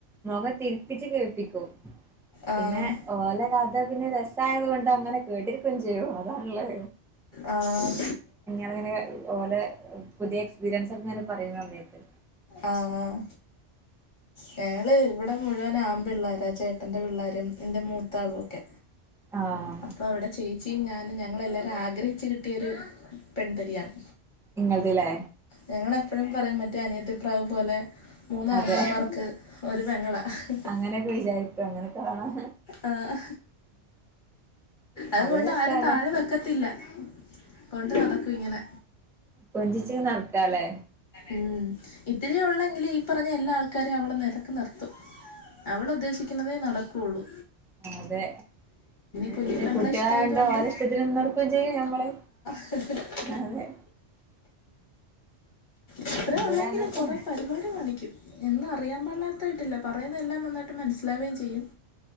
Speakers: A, in the centre; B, on the left.
A: മുഖം തിര്ഥിച് കേൾപ്പിക്കും.
B: ആഹ്
A: പിന്നെ ഓല കഥ പിന്നെ രസായതോണ്ട് അങ്ങനെ കേട്ടിരിക്കും ചെയ്യും അതാളെ.
B: ആഹ്.
A: അങ്ങനെ ഓലെ പുതിയ എക്സ്പീരിയൻസ് ഓകെങ്ങനെ പറീന സമയത്ത്.
B: ആഹ് ആഹ് ഞാള് ഇവിടെ മുഴുവൻ ആം പിള്ളോര ചേട്ടന്റെ പിള്ളേരും എന്റെ മൂത്താളൊക്കെ.
A: ആഹ്.
B: അപ്പൊ അവിടെ ചേച്ചിയും ഞാനും ഞങ്ങളെല്ലാരും ആഗ്രഹിച്ചു കിട്ടിയൊരു പെൺതരിയാണ്.
A: ഇങ്ങള്തലെ.
B: ഞങ്ങളെപ്പയും പറയും മറ്റേ അനിയത്തി പ്രാവ് പോലെ. മൂന്ന് ആങ്ങളമാർക്ക്
A: അതെ
B: ഒരു പെങ്ങളാ ഹ്ഹഹ്.
A: അങ്ങനെയൊക്കെ വിചാരിക്കും അങ്ങനെ കാണാം
B: ആഹ് അത്കൊണ്ട്
A: അത് രസാണ്
B: ആരും താഴെ വെക്കത്തില്ല. കൊണ്ട് നടക്കും ഇങ്ങനെ.
A: കൊഞ്ചിച് നടക്കല്ലേ?
B: ഉം ഇത്തിരി ഒള്ളെങ്കില് ഈ പറഞ്ഞ എല്ലാ ആൾക്കാരെ അവള് നെലത് നിർത്തും. അവളുദ്ദേശിക്കണതേ നടക്കുള്ളു.
A: അതെ
B: കുഞ്ഞിപ്പെങ്ങളെ
A: പിന്നെ കുട്ട്യളായോണ്ട്
B: ഇഷ്ടമായത് കൊണ്ട്
A: ഓര ഇഷ്ടത്തിന്ന് നിന്നൊട്ക്കും ചെയ്യും ഞമ്മള്.
B: <unintelligible>
A: അതെ.
B: ത്രെ
A: ഇവിടെ
B: ഒള്ളെങ്കിലും
A: അങ്ങനെ
B: കൊറെ
A: തന്നെ
B: പരിപാടി കാണിക്ക്യും. എന്നു അറിയാ പാടില്ലാതായിട്ടല്ല പറയുന്ന എല്ലാം നന്നായിട്ട് മനസ്സിലാവ്കേം ചെയ്യും.